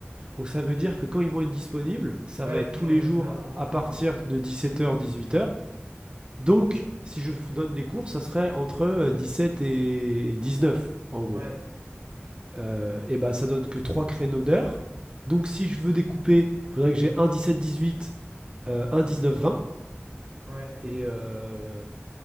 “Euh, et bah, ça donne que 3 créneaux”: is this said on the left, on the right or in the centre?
Right